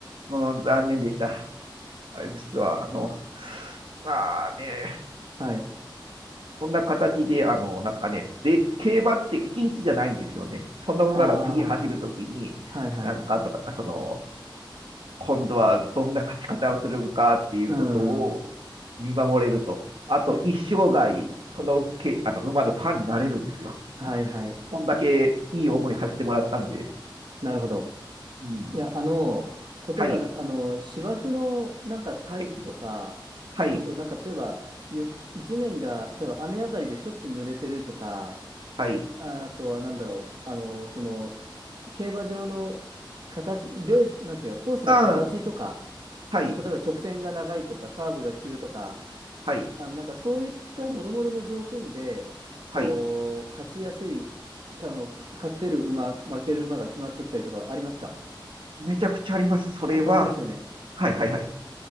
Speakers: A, on the right; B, on the right.
A: うん残念でした。あれ実は、
B: そう
A: あの、まあね、
B: はい。
A: そんな形で、あの、なんすかね、で競馬って1日じゃないんですよね。その馬が次走るときに、
B: ああ、はいはい。
A: なんかとか、その、今度はどんな勝ち方をするのかっていうことを
B: うん。
A: 見守れると。あと、
B: え、
A: 一生涯、そのけ、あの、馬のファンになれるんですよ。
B: はいはい。
A: こんだけいい思いさせてもらったんで。
B: なるほど。
A: うん。
B: いや、あの、
A: はい、
B: 例えば、あの、芝生のなんかタイプとか、
A: はい、はい、
B: あとなんか例えば、ゆ、地面が、例えば雨上がりでちょっと濡れてるとか、
A: はい。
B: あとはなんだろう、あの、その、競馬場の形、レース、なんていうか、コースの形とか、
A: うん、はい、
B: 例えば直線が長いとか、カーブが急とか、
A: はい、
B: あの、なんかそういった諸々の条件で、こう、
A: はい。
B: 勝ちやすい、かの、勝ってる馬、負ける馬が決まってきたりとかありますか
A: めちゃくちゃあります。それは、
B: やっぱそうですよね。
A: はい、はい、はい。